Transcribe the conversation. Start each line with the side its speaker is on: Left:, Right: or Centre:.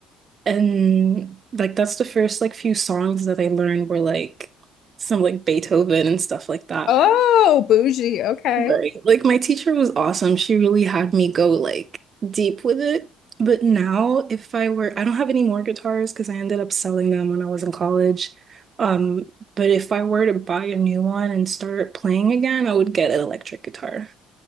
Right: and like that's the first like few songs that I learned were like some like Beethoven and stuff like that.
Left: Oh, bougie. Okay.
Right: Right. Like my teacher was awesome. She really had me go like deep with it. But now if I were, I don't have any more guitars because I ended up selling them when I was in college. Um, but if I were to buy a new one and start playing again, I would get an electric guitar.